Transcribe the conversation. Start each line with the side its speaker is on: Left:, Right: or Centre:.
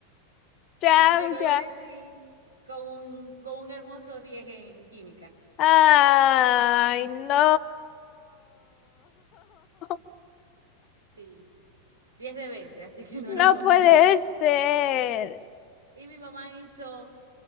Left: Ya,
Right: Llegó el
Left: ya.
Right: boletín con un, con un hermoso 10 en química,
Left: Ay, no. <laughs>
Right: Sí. diez de 20, así que no era
Left: No
Right: una
Left: puede
Right: buena.
Left: ser.
Right: Y mi mamá hizo